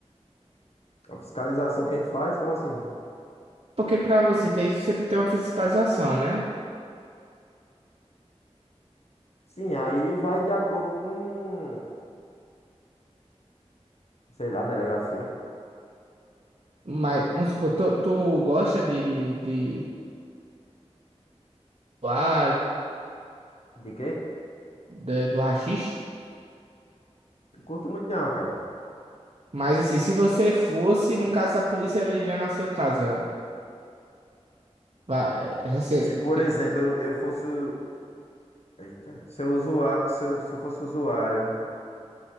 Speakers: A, on the left; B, on the right.
A: A fiscalização quem faz, como assim?
B: Porque pra você ter isso, você tem que ter uma fiscalização, né?
A: Sim, aí vai de acordo com sei lá, delegacia.
B: Mas, vamos supor, tu, tu gosta de, de, de doar,
A: De quê?
B: de- do haxixe?
A: Curto muito não, cara.
B: Mas assim, se você fosse, no caso, a polícia ela iria na sua casa. Vai, rece-
A: Se, por
B: tipo,
A: exemplo, eu, eu fosse. o- Eita, se eu, usua, se eu, se eu fosse usuário